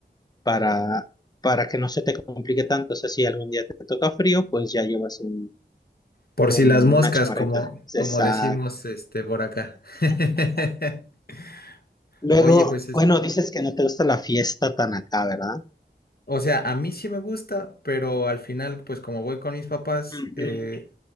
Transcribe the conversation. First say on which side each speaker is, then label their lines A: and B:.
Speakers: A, on the left; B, on the left.
A: para,
B: Por,
A: para que no se te complique tanto. O sea, si algún día te toca frío, pues ya llevas un-
B: por
A: un-
B: si las moscas,
A: una chamarrita.
B: como, como
A: Exacto.
B: decimos este, por acá. <laughs>
A: Luego,
B: Oye, pues es,
A: bueno, dices que no te gusta la fiesta tan acá, ¿verdad?
B: o sea, a mí sí me gusta, pero al final, pues como voy con mis papás,
A: Ujú.
B: eh,